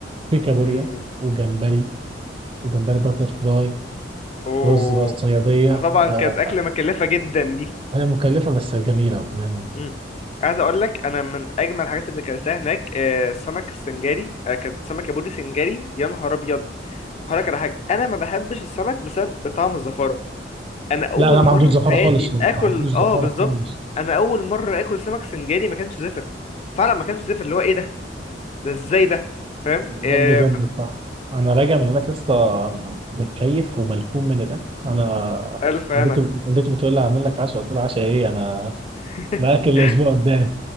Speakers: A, on the right (about 30°); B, on the left (about 35°).
A: في كابوريا
B: مم.
A: وجمبري وجمبري باتر فلاي
B: اوه
A: رز بقى الصياديه
B: ده طبعا
A: آه،
B: كانت أكلة مكلفة جدا دي
A: هي مكلفه بس جميله بامانه
B: مم. عايز أقول لك أنا من أجمل الحاجات اللي أكلتها هناك آه، السمك السنجاري آه، كانت سمكة بوري سنجاري يا نهار أبيض هقولك على حاجة أنا ما بحبش السمك بسبب طعم الزفارة انا اول
A: لا لا ما
B: مره
A: عندوش زفاره
B: في حياتي
A: خالص هو،
B: اكل
A: ما عندوش زفاره
B: اه بالظبط
A: خالص
B: انا اول مره اكل سمك سنجاري ما كانش زفر فعلا ما كانش زفر اللي هو ايه ده ده ازاي ده فاهم
A: لا
B: إيه
A: بجد
B: ب-
A: صح انا راجع من هناك لسه متكيف وملحوم من الاكل انا
B: الف انا
A: والدتي والدتي بتقول لي هعمل لك عشاء قلت لها عشاء ايه انا
B: <laughs>
A: الاكل الاسبوع قدام